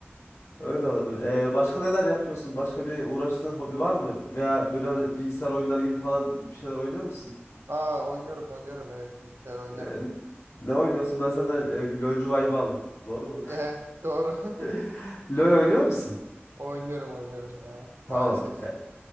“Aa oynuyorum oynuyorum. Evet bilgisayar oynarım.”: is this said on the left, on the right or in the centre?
Right